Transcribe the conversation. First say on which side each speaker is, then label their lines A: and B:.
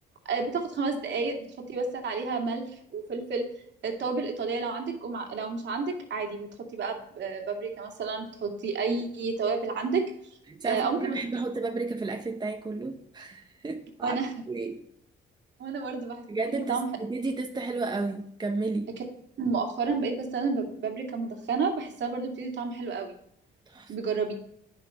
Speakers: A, on the right; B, on the right.
A: آه، بتاخد خمس دقايق بتحطي بس عليها ملح وفلفل آه، التوابل الإيطالية لو عندك ومع لو مش عندك عادي بتحطي بقى ب- آه، بابريكا مثلا بتحطي أي توابل عندك
B: انت عارفه
A: آه، أو
B: ان
A: ممكن
B: انا
A: ما تحطيش
B: بحب احط بابريكا في الاكل بتاعي كله عارفه
A: وأنا <laughs>
B: ليه
A: وأنا برضو بحس
B: بجد
A: دي طعم
B: بتس-
A: حلو
B: بتدي تيست حلوه قوي كملي
A: لكن مؤخرا بقيت بستخدم باب- بابريكا مدخنة بحسها برضو بتدي طعم حلو قوي
B: تحفه
A: بجربي